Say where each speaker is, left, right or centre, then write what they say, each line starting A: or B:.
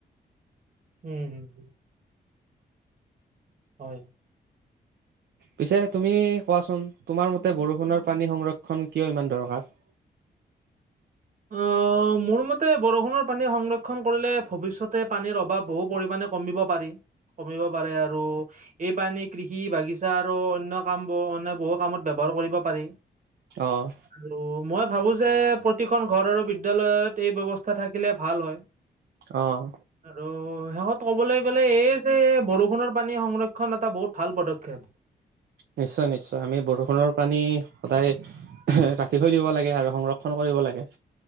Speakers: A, on the right (about 45°); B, on the right (about 75°).
A: উম হ হয়-
B: পিছে তুমি কোৱাচোন তোমাৰ মতে বৰষুণৰ পানী সংৰক্ষণ কিয় ইমান দৰকাৰ-
A: অ- অ মোৰ মতে বৰষুণৰ পানী সংৰক্ষণ কৰিলে ভৱিষ্যতে পানীৰ অভাৱ বহু পৰিমণে কমিব পাৰি- কমিব পাৰে আৰু এই পানী কৃষি বাগিছা আৰু অন্য কাম ব অন বহু কামত ব্যৱহাৰ- কৰিব পাৰি-
B: আহ-
A: আৰু মই ভাবোঁ যে প্ৰতিখন ঘৰ আৰু বিদ্যালয়ত এই ব্যৱস্থা থাকিলে ভাল হয়-
B: অ',
A: আৰু শেষত ক'বলৈ গ'লে এই যে বৰষুণৰ পানী সংৰক্ষণ - ষণ এটা বহুত ভাল পদক্ষেপ-
B: নিশ্চয় নিশ্চয় আমি বৰষুণৰ পানী সদায়- ৰাখি থৈ দিব লাগে আৰু সংৰক্ষণ কৰিব লাগে-